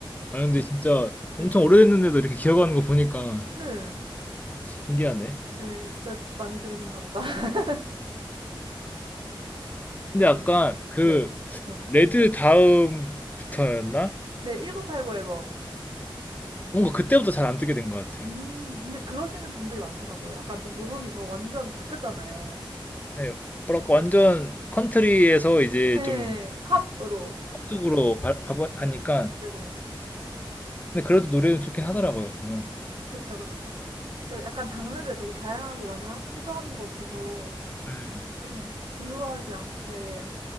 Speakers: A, on the left; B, on the right.
A: 아 근데 진짜
B: 네.
A: 엄청 오래됐는데도 이렇게 기억하는 거 보니까
B: 네.
A: 신기하네.
B: 네, 진짜 많이 들으셨나 보다. <laughs> 진짜
A: 근데 약간
B: 인...
A: 그
B: 네. 네.
A: 레드 다음부터였나?
B: 네, 1989 앨범.
A: 뭔가 그때부터 잘 안 뜨게 된 것 같아요.
B: 음, 근데 그러시는 분들이 많더라고요. 약간 좀 노선이 더 완전 바뀌었잖아요.
A: 네, 뭐랄까 완전 컨트리에서 이제
B: 네,
A: 좀
B: 팝으로.
A: 쪽으로 가,
B: 음,
A: 가- 가니까
B: 네네.
A: 근데 그래도 노래는 좋긴 하더라고요 보면.
B: 그쵸, 그쵸. 그래서 약간 장르를 되게 다양하게 많이 하- 시도하는 것 같아서
A: 음,
B: 좀 지루하지 않게